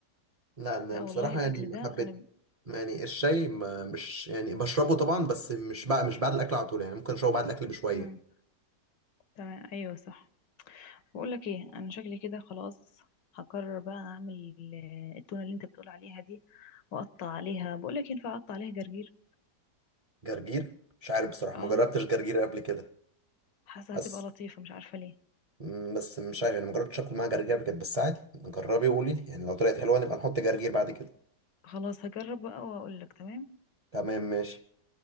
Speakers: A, on the right; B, on the left.
A: لا انا
B: لا
A: بصراحه
B: والله الأكل
A: يعني ما
B: ده
A: حبيت
B: أنا
A: يعني الشاي ما مش يعني بشربه طبعا بس مش بقى مش بعد الاكل على طول يعني ممكن اشربه بعد الاكل بشويه
B: امم تمام أيوة صح بقول لك ايه أنا شكلي كده خلاص هقرر بقى أعمل ال- التونة اللي أنت بتقول عليها دي وأقطع عليها بقول لك ينفع أقطع عليها جرجير
A: جرجير مش عارف بصراحه
B: اه
A: ما جربتش جرجير قبل كده
B: حاسة
A: بس
B: هتبقى لطيفة مش عارفة ليه
A: مم، بس مش عارف يعني ما جربتش اكل معاه جرجير قبل كده بس عادي جربي وقولي لي يعني لو طلعت حلوه نبقى نحط جرجير بعد كده
B: خلاص هجرب بقى وأقول لك تمام
A: تمام ماشي